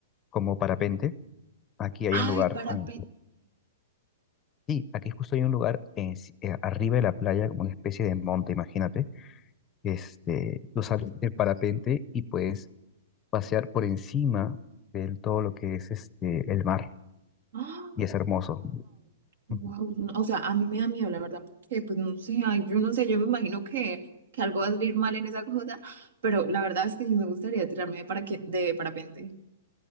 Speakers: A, on the left; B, on the right.
A: como parapente. Aquí hay
B: Ay,
A: un lugar,
B: parapente.
A: mm, sí, aquí justo hay un lugar en si- eh, arriba de la playa, como una especie de monte, imagínate. Este, tú sales del parapente y puedes pasear por encima de todo lo que es este, el mar.
B: wow,
A: Y es hermoso.
B: wow.
A: Ujú.
B: O sea, a mí me da miedo, la verdad, porque pues no sé, ay, yo no sé, yo me imagino que, que algo va a salir mal en esa cosa, pero la verdad es que sí me gustaría tirarme de, para de parapente.